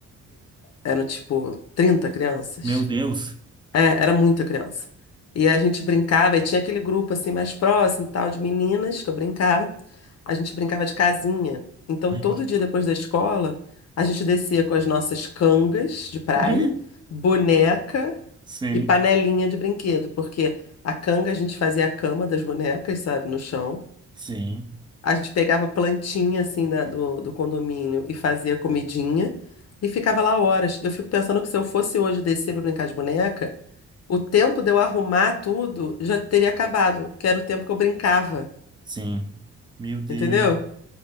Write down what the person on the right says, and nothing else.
Meu Deus.
Ai.
<laughs>
Sim,
sim,
sim. Meu Deus.